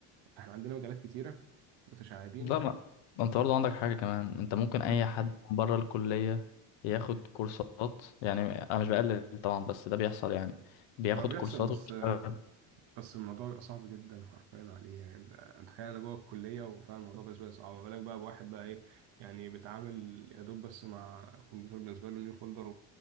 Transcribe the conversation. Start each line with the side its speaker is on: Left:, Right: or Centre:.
Right: احنا عندنا مجالات كتيرة متشعبين
Left: لا ما ما انت برضه عندك حاجه كمان انت ممكن اي
Right: قول لي
Left: حد بره الكليه ياخد كورسات يعني انا مش بقلل طبعا بس ده بيحصل يعني بياخد
Right: هو بيحصل
Left: كورسات
Right: بس
Left: ويشتغل
Right: بس الموضوع بيبقى صعب جدا حرفيا عليه يعني انت تخيل انا جوه الكليه وفعلا الموضوع بالنسبه لي صعب ما بالك بقى بواحد بقى ايه يعني بيتعامل يا دوب بس مع الكمبيوتر بالنسبه له نيو فولدر